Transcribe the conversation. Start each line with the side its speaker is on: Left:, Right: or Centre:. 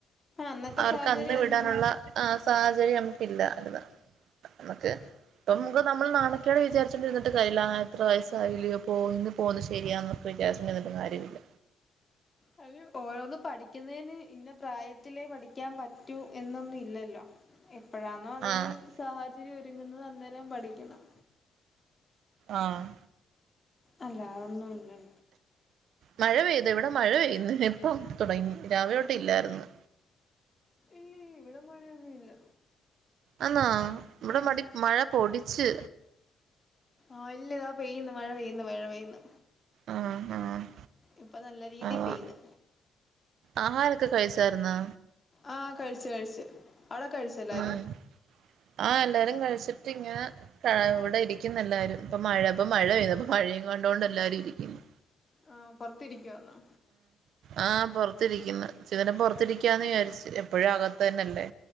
Left: അന്നത്തെ
Right: അവർക്ക്
Left: സാഹചര്യം
Right: അന്ന് വിടാനുള്ള ആ സാഹചര്യം നമുക്കില്ലാ, അഥവാ നമുക്ക് പ്പം നമ്മക്ക് ഞമ്മൾ നാണക്കേട് വിചാരിച്ചോണ്ടിര്ന്നിട്ട് കാര്യല്ല്യ ആ ഇത്ര വയസായില്ലേ, പോവ്ന്ന് ഇനി പോവുന്നത് ശര്യാന്നോ ഇപ്പോ വിചാരിച്ചിണ്ടിരുന്നിട്ടും കാര്യമില്ല
Left: അയിന് ഓരോന്ന് പഠിക്കുന്നതിന് ഇന്ന പ്രായത്തിലേ പഠിക്കാൻ പറ്റൂ എന്നൊന്നും ഇല്ലല്ലോ എപ്പോഴാണോ അതിന്
Right: ആഹ്
Left: സാഹചര്യം ഒരുങ്ങുന്നത് അന്നേരം പഠിക്കണം
Right: ആഹ്
Left: അല്ല അതൊന്നുംല്ലല്ലോ
Right: മഴ പെയ്തു ഇവിടെ മഴ പെയ്യുന്ന്, ഇപ്പം തുടങ്ങി രാവിലെ തൊട്ട് ഇല്ലായിരുന്നു.
Left: ഇല്ല ഇല്ല ഇവിടെ മഴയൊന്നും ഇല്ല
Right: ആന്നോ ഇവിടെ
Left: ആഹ്
Right: മടി മഴ പൊടിച്ച്
Left: ആഹ് ഇല്ലതാ പെയ്യുന്നു മഴ പെയ്യുന്നു മഴ പെയ്യുന്നു
Right: ആഹ് ആഹ്
Left: ഇപ്പൊ നല്ല രീതി
Right: ആഹ്
Left: പെയ്യുന്നു
Right: ആഹാരൊക്കെ കഴിച്ചാരുന്നൊ
Left: ആഹ് കഴിച്ചു കഴിച്ചു അവിടെ കഴിച്ചോ? എല്ലാരും
Right: ആഹ് ആഹ് എല്ലാരും കഴിച്ചിട്ടിങ്ങനെ ഇവിടെ ഇരിക്കുന്നു എല്ലാരും, ഇപ്പ മഴ ഇപ്പ മഴ പെയ്യുന്നു അപ്പ മഴയും കണ്ടൊണ്ട് എല്ലാരും ഇരിക്കുന്നു.
Left: ആഹ് പുറത്തിരിക്കുവാന്നോ
Right: ആഹ് പൊറത്തിരിക്കുന്നു, ഇച്ചിരി നേരം പൊറത്തിരിക്കാന്നന് വിചാരിച്ച്, എപ്പോഴും അകത് തന്നെല്ലേ